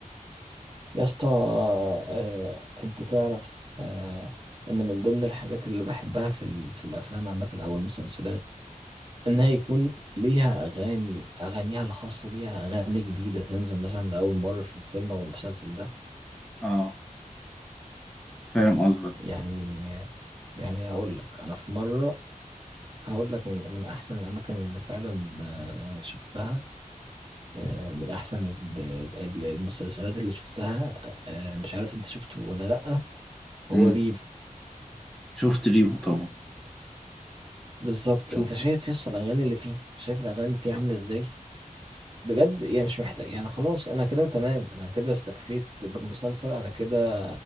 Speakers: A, on the right (about 35°); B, in the centre.
A: يا اسطى آه، آه، انت تعرف آه، ان من ضمن الحاجات اللي بحبها في ال- في الافلام عامة او المسلسلات انها يكون ليها اغاني اغانيها الخاصة بيها اغاني جديدة تنزل مثلا لاول مرة في الفيلم او المسلسل ده
B: اه فاهم قصدك
A: يعني يعني هقول لك انا في مرة هقول لك من من احسن الاماكن اللي فعلا آه، شفتها آه، من احسن ال- ال- المسلسلات اللي شفتها آه، مش عارف انت شفته ولا لا
B: مم.
A: هو ريفو
B: شفت ريفو طبعا
A: بالظبط
B: شفت
A: انت شايف يس الاغاني اللي فيه شايف الاغاني اللي فيه عامله ازاي بجد يعني مش محتاج يعني خلاص انا كده تمام انا كده استكفيت بالمسلسل انا كده